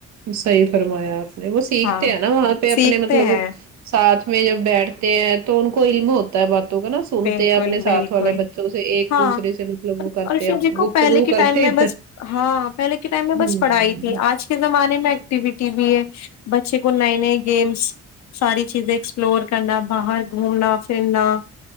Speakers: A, on the right; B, on the left.
A: صحیح فرمایا آپ نے وہ سیکھتے
B: ہاں
A: ہیں نا وہاں پہ اپنے
B: سیکھتے
A: مطلب
B: ہیں
A: ساتھ میں جب بیٹھتے ہیں تو ان کو علم ہو تا ہے باتوں کا نا سنتے
B: بالکل
A: ہیں اپنے ساتھ
B: بالکل
A: والے بچوں سے ایک
B: ہاں
A: دوسرے سے مطلب وہ کرتے
B: اور
A: ہیں
B: پھر دیکھو
A: گفتگو
B: پہلے کے
A: کرتے
B: ٹائم میں بس
A: ہیں
B: ہاں پہلے کے ٹائم میں بس
A: ہوں
B: پڑھائی تھی آج کے زمانے میں ایکٹیوٹی بھی ہے بچے کو نئے نئے گیمس ساری چیزیں ایکسپلور کرنا باہر گھومنا پھرنا